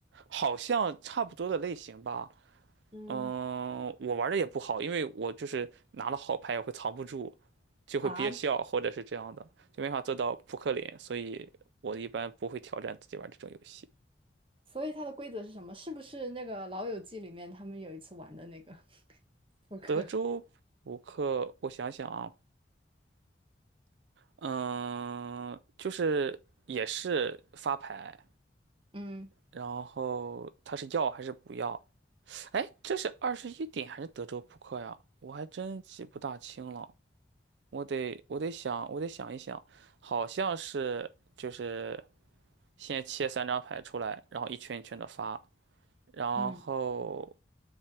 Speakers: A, on the right; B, on the right.
A: 好像差不多的类型吧。
B: 嗯。
A: 嗯，我玩的也不好，因为我就是拿了好牌也会藏不住，就会憋笑或者是这样的，
B: 啊，
A: 就没法做到扑克脸，所以我一般不会挑战自己玩这种游戏。
B: 所以它的规则是什么？是不是那个《老友记》里面他们有一次玩的那个 <laughs> 扑克？
A: 德州扑克，我想想啊，嗯，就是也是发牌，
B: 嗯
A: 然后他是要还是不要？哎，这是二十一点还是德州扑克呀？我还真记不大清了。我得我得想，我得想一想，好像是就是先切三张牌出来，然后一圈一圈的发，然后
B: 嗯，